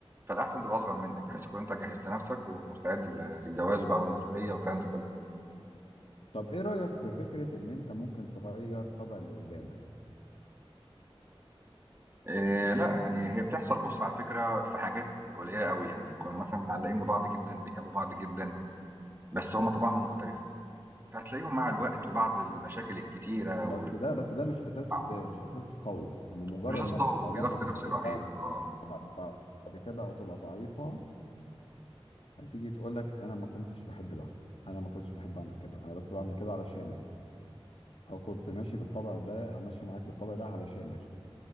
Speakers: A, on the right; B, on the left.
A: فالأحسن تبقى أصغر منك بحيث تكون أنت جهّزت نَفْسك ومستعد لل للجواز بقى والمسؤولية والكلام ده كُلّه.
B: طب ايه رأيك في فكرة ان انت ممكن تغير طبع اللي قدامك
A: آآ لأ، يعني هي بتحصل بُص على فكرة في حاجات قليّلة أوي، يعني يكونوا مثلًا متعلّقين ببعض جدًا، بيحبّوا بعض جدًا، بس هم طباعهم مختلفة، فهتلاقيهم مع الوقت وبعد المشاكل الكتيرة
B: بس
A: وال
B: ده بس ده مش اساس
A: آه.
B: مش اساس قوي بمجرد
A: الرصاص
B: ما
A: قوي
B: العلاقة
A: وفي ضغط
B: تتزعزع
A: نَفْسي رهيب آه.
B: بعد كده او تبقى ضعيفة هتيجي تقول لك انا ما كنتش بحب ده انا ما كنتش بحب اعمل كده انا بس بعمل كده علشانك او كنت ماشي بالطبع ده او ماشي معاك بالطبع ده علشانك